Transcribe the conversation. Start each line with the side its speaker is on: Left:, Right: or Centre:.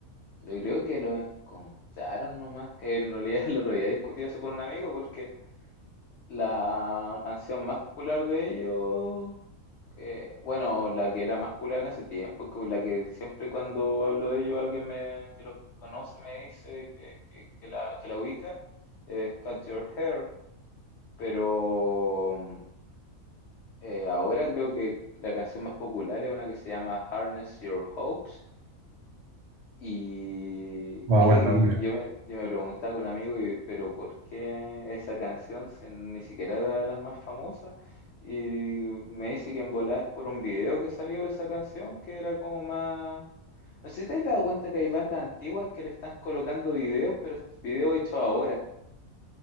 Left: Yo creo que lo encontraron nomás. que En realidad <laughs> el otro día discutí eso con un amigo porque la canción más popular de ellos, eh, bueno, la que era más popular en ese tiempo, con la que siempre cuando hablo de ellos alguien me, que los conoce me dice que, que- que la, que la ubica, es Cut Your Hair. Pero mm, eh, ahora creo que la canción más popular es una que se llama Harness Your Hopes Y,
Right: Wow,
Left: y
Right: el nombre.
Left: yo me, yo me preguntaba con un amigo, y, pero ¿por qué esa canción si ni siquiera era de las más famosas? Y me dice que en volada es por un video que salió de esa canción, que era como más... No sé si te has dado cuenta que hay bandas antiguas que le están colocando videos, pero videos hechos ahora,